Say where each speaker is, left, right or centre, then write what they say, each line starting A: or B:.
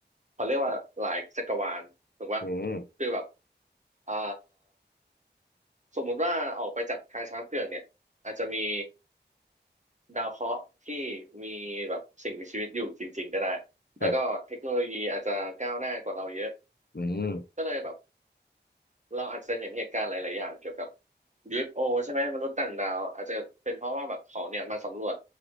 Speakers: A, on the right; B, on the left.
A: เขาเรียกว่าหลายจักรวาลถูกปะ
B: อืม
A: คือแบบอ่าสมมุติว่าออกไปจากทางช้างเผือกเนี่ยอาจจะมีดาวเคราะห์ที่มีแบบสิ่งมีชีวิตอยู่จริงๆก็ได้ แล้วก็เทคโนโลยีอาจจะก้าวหน้ากว่าเราเยอะ
B: ครับอืม
A: ก็เลยแบบเราอาจจะเห็นเหตุการณ์หลายๆอย่างเกี่ยวกับ UFO ใช่ไหมมนุษย์ต่างดาวอาจจะเป็นเพราะว่าแบบเขาเนี่ยมาสำรวจ